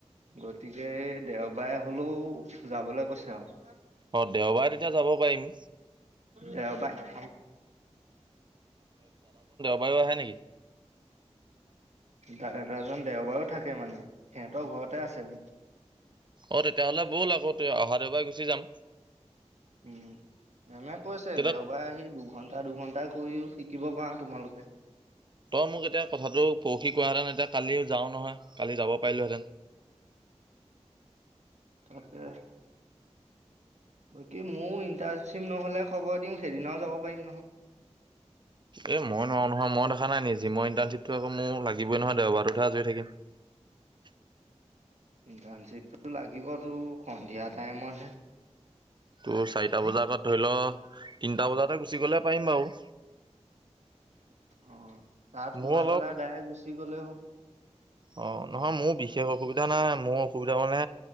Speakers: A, on the right; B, on the right.
A: গতিকে, দেওবাৰে হ'লেও যাবলৈ কৈছে আৰু।
B: অ দেওবাৰে তেতিয়া যাব পাৰিম।
A: দেওবাৰে
B: বায় আহে নেকি?
A: দাদাজন দেওবাৰো থাকে মানে সিহঁতৰ ঘৰতে আছে।
B: অ তেতিয়াহলে বল আকৌ অহা দেওবাই গৈ গুচি যাম।
A: উম। মেমে কৈছে
B: তেতিয়া
A: দেওবাৰ আহি দু এঘন্টা দুঘণ্টা কৰিও শিকিব পাৰা তোমালোকে।
B: তই মোক এতিয়া কথাটো পৰখি কাহেঁতেন এতিয়া কালি যাও নহয় কালি যাব পাৰিলোহেঁতেন।
A: তাকে। বাকী মোৰো ইণ্টাৰ্ণ চিপ নহ'লে হব দিয়ক, সেইদিনাও যাব পাৰিম নহয়।
B: এ মই নোৱাৰো নহয় মই দেখা নাই নিজি মই ইণ্টাৰ্ণশ্বিপটো আকৌ মোৰ লাগিবই নহয় দেওবাৰতহে আজৰি থাকিম।
A: ইণ্টাৰ্ণশ্বিপটো লাগিবতো সন্ধিয়া টাইমতহে
B: তোৰ চাৰিটা বজাৰ আগত ধৰি ল তিনটা বজাতে গুচি গলে পাৰিম বাউ।
A: অ। তাত সোমাই
B: মোৰ অলপ
A: পেলাই ডাইৰেক্ট গুচি গ'লে হল।
B: অ নহয় মোৰ বিশেষ অসুবিধা নাই মোৰ অসুবিধা মানে